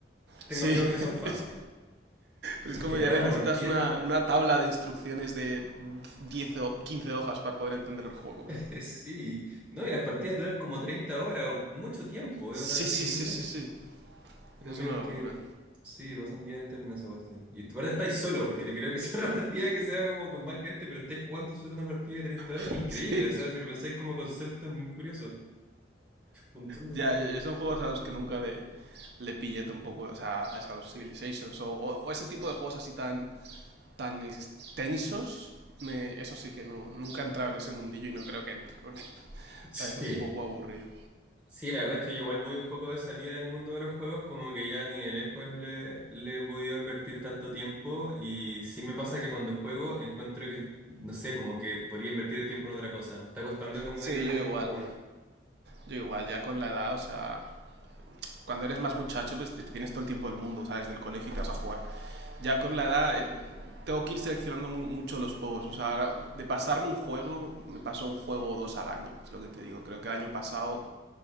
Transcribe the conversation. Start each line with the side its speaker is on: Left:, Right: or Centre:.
Centre: tengo
Right: Sí,
Centre: amigos que son fan.
Right: <laughs> es, es
Centre: Es
Right: como
Centre: que de
Right: ya
Centre: verdad
Right: necesitas
Centre: una partida,
Right: una, una tabla de instrucciones de 10 o 15 hojas para poder entender el juego. ¿no?
Centre: <laughs> sí, no, y las partidas duran como 30 horas o mucho tiempo,
Right: Sí,
Centre: es una ridiculez.
Right: sí, sí, sí, sí.
Centre: Tengo
Right: Eso es
Centre: amigos
Right: una locura.
Centre: que, sí, pasan día entero en esa cuestión. Y ahora estáis solo, porque te creo que es una <laughs> partida que sea como con más gente, pero estáis jugando solo una partida de 30 horas,
Right: <laughs>
Centre: es increíble, o sea,
Right: Sí,
Centre: si lo pensáis como concepto es muy curioso. Un montón de
Right: ya,
Centre: tiempo.
Right: ya, ya son juegos a los que nunca le, le pillé un poco, o sea, a a los Civilizations o, o- o ese tipo de juegos así tan, tan extensos. Me- eso sí que no, nunca he entrado en ese mundillo y no creo que entre, porque <laughs>
Centre: Sí.
Right: parece un poco aburrido.
Centre: Sí, la verdad es que yo igual voy un poco de salida del mundo de los juegos, como que ya ni de lejos le, le he podido invertir tanto tiempo y sí me pasa que cuando juego encuentro que, no sé, como que podría invertir el tiempo en otra cosa. Me está costando como
Right: Sí,
Centre: dejarle
Right: yo
Centre: tiempo
Right: igual.
Centre: a jugar.
Right: Yo igual, ya con la edad, o sea, cuando eres más muchacho, pues te- tienes todo el tiempo del mundo, sales Del colegio y te vas a jugar. Ya con la edad, eh, tengo que ir seleccionando mu- mucho los juegos. O sea, ahora, de pasarme un juego, me paso un juego o dos al año, es lo que te digo. Creo que el año pasado,